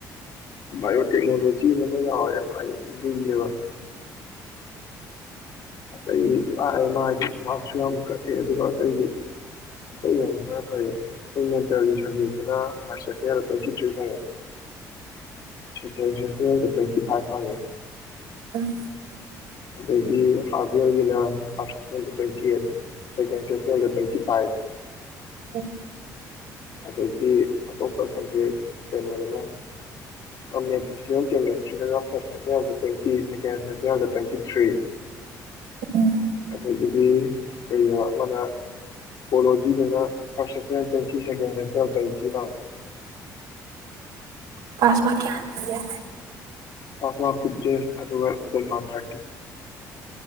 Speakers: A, on the left; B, on the right.
A: ꯕꯥꯏꯑꯣꯇꯦꯛꯅꯣꯂꯣꯖꯤ ꯑꯃ ꯑꯃ ꯌꯥꯎꯋꯦ ꯃꯥ ꯂꯩꯌꯦꯕ ꯑꯇꯩꯒꯤ ꯂꯥꯏꯑ ꯑꯃ ꯍꯥꯏꯗꯤ ꯃꯥꯔꯛꯁꯨ ꯌꯥꯝ ꯀꯛꯑꯦ ꯑꯗꯨꯒ ꯑꯇꯩꯗꯤ ꯑꯇꯩ ꯌꯥꯝ ꯈꯔ ꯐꯩꯌꯦ ꯑꯩꯈꯣꯏ ꯃꯦꯟꯇꯦꯜꯒꯤ ꯁꯕꯖꯦꯛꯇꯨꯅ ꯐꯥꯔꯁ ꯁꯦꯁꯅꯔꯗ ꯇ꯭ꯋꯦꯟꯇꯤ ꯊ꯭ꯔꯤ ꯐꯪꯉꯦ ꯁꯦꯀꯦꯟ ꯁꯦꯁꯅꯔꯗ ꯇ꯭ꯋꯦꯟꯇꯤ ꯐꯥꯏꯚ ꯐꯪꯉꯦ
B: ꯎꯝ
A: ꯑꯗꯒꯤ ꯑꯥꯔꯚ ꯑꯦꯜꯒꯤꯅ ꯐꯥꯔꯁ ꯁꯦꯁꯅꯦꯜꯗ ꯇ꯭ꯋꯦꯟꯇꯤ ꯑꯩꯠ ꯁꯦꯀꯦꯟ ꯁꯦꯁꯅꯦꯜꯗ ꯇ꯭ꯋꯦꯟꯇꯤ ꯐꯥꯏꯚ
B: ꯑꯁ
A: ꯑꯗꯒꯤ ꯑꯇꯣꯞꯄ ꯁꯕꯖꯦꯛ ꯀꯩꯅꯣꯗꯅ ꯃꯦꯗꯤꯁꯅꯦꯜ ꯀꯦꯃꯦꯁꯇ꯭ꯔꯤꯗꯅ ꯐꯥꯔꯁ ꯁꯦꯁꯅꯔ ꯑꯃꯗ ꯇ꯭ꯋꯦꯟꯇꯤ ꯁꯦꯀꯦꯟ ꯁꯦꯁꯅꯔꯗ ꯇ꯭ꯋꯦꯟꯇꯤ ꯊ꯭ꯔꯤ
B: ꯎꯝ
A: ꯑꯗꯒꯤꯗꯤ ꯀꯩ ꯍꯥꯏꯕ ꯑꯃꯅ ꯀꯣꯂꯣꯖꯤꯗꯅ ꯐꯥꯔꯁ ꯁꯦꯁꯇꯔ ꯇ꯭ꯋꯦꯟꯇꯤ ꯁꯦꯀꯦꯟ <unintelligible> ꯇꯇꯤꯗ
B: ꯄꯥꯁꯃꯥ ꯀꯌꯥ ꯑꯌꯥ
A: ꯄꯥꯁ ꯃꯥꯡ ꯐꯤꯞꯇꯤꯟ ꯑꯗꯨꯒ ꯐꯨꯟ ꯋꯥꯟ ꯊꯥꯔꯇꯤ